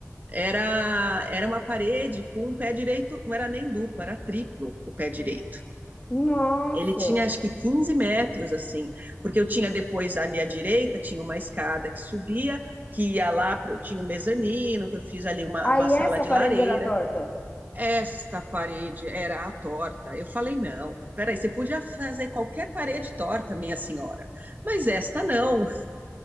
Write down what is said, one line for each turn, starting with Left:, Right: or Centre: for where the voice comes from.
Right: era, era uma parede com um pé direito, não era nem duplo, era triplo o pé direito.
Left: Nossa!
Right: Ele tinha, acho que, 15 metros, assim, porque eu tinha depois ali à direita, tinha uma escada que subia, que ia lá, pro, tinha um mezanino, que eu fiz ali uma,
Left: Aí
Right: uma sala
Left: essa
Right: de
Left: parede
Right: lareira,
Left: era torta.
Right: esta parede era a torta. Eu falei, não, peraí, você podia fazer qualquer parede torta, minha senhora, mas esta não.